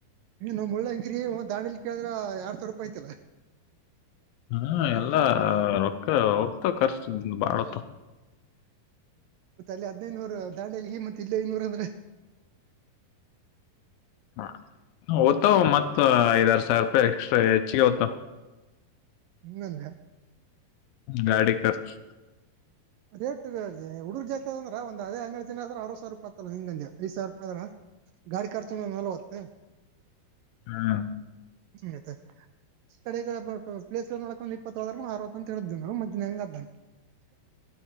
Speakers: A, on the right (about 80°); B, on the left (about 80°).
A: <unintelligible> ನಮ್ಮಳ್ಳ ಕರಿ ದಾಂಡಿಲಿ ಕೇಳಿದ್ರ ಎರಡ ಸಾವರ್ ರೂಪಾಯಿ ಐತಲ್ಲಾ
B: ಹ್ಮ ಎಲ್ಲಾ ರೊಕ್ಕ ಹೋಗ್ತ <unintelligible> ಬಾಳತ
A: ಮತ್ತೆ ಅಲ್ಲಿ ಹದ್ನೈನೂರ ದಾಂಡಿಯಲಿಗೆ ಮತ್ತೆ ಇಲ್ಲಿ ಐನೂರ ಅಂದ್ರೆ
B: ಹಾ ಓ್ತ ಮತ್ತ <unintelligible> ಐದಾರು ಸಾವಿರ ರೂಪಾಯಿ ಎಕ್ಸ್ಟ್ರಾ ಹೆಚ್ಚಿಗೆ ಹೊತ್ತು
A: ಹ್ಮಲ್ಲ <unintelligible>
B: ಗಾಡಿ ಖರ್ಚ್
A: ರೇಟ್ ಹುಡುಗರ್ ಜೊತೆ ಅದಂದ್ರ ಒಂದ್ದೇ ಹನ್ನೆರಡು ದಿನ ಆದ್ರ ಆರ್ ಸಾವಿರ ರೂಪಾಯಿತ್ತಲ್ಲ ನಿಂಗಂ ಐ ಸಾವಿರ ರೂಪಾಯಿ <unintelligible> ಅ ಆದ್ರ ಗಾಡಿ ಖರ್ಚು ನಲ್ವತ್
B: ಹ್ಮ್
A: ಹ ಕಡೆ ಪ್ಲೇಸ್ ನೋಡಕ ಒಂದ್ ಇಪ್ಪತ್ತು ಅರ್ವತು ಅಂತ ಹೇಳ <unintelligible> ಹೆಂಗ ಅದ್ದ